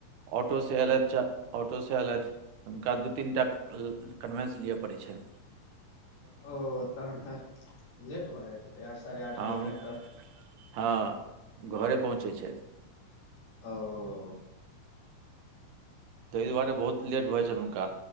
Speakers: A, on the right; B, on the left.
A: ऑटो से ऐलैथ च ऑटो से ऐलैथ हुनका दू तीन टा कन्वेन्स लिअ पड़ैत छैन
B: ओ तहन तऽ लेट भऽ जाइतेे आठ साढ़े आठ
A: हँ
B: बजे
A: हुन-
B: तक तऽ
A: हँ <inaudible> घरे पहुँचैत छैथ
B: <unintelligible>
A: ताहि दुआरे बहुत लेट भऽइ छनि हुनका